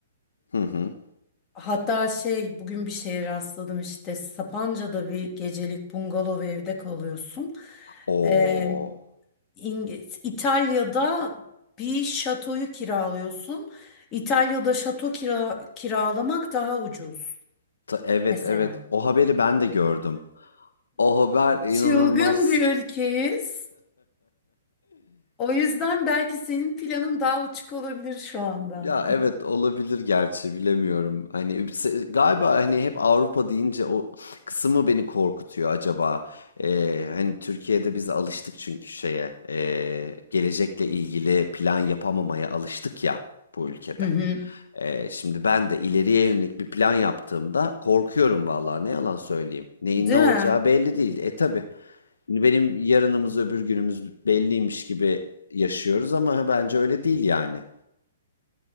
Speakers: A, on the left (about 80°); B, on the left (about 25°).
A: hı hı.
B: Hatta şey bugün bir şeye rastladım işte Sapanca'da bir gecelik bungalov evde kalıyorsun.
A: O
B: Ee, İng- İtalya'da bir şatoyu kiralıyorsun. İtalya'da şato kira kiralamak daha ucuz
A: evet
B: mesela.
A: evet o haberi ben de gördüm. O haber inanılmaz.
B: Çılgın bir ülkeyiz. O yüzden belki senin planın daha uçuk olabilir şu anda.
A: Ya evet olabilir gerçi bilemiyorum. Hani üpse- galiba hani hep Avrupa deyince o kısmı beni korkutuyor acaba. Ee, hani Türkiye'de biz alıştık çünkü şeye ee, gelecekle ilgili plan yapamamaya alıştık ya bu ülkede.
B: Hı hı.
A: Ee, şimdi ben de ileriye yönelik bir plan yaptığımda korkuyorum vallahi ne yalan söyleyeyim. Neyin
B: Değil
A: ne olacağı
B: mi?
A: belli değil. E tabii benim yarınımız öbür günümüz belliymiş gibi yaşıyoruz ama bence öyle değil yani.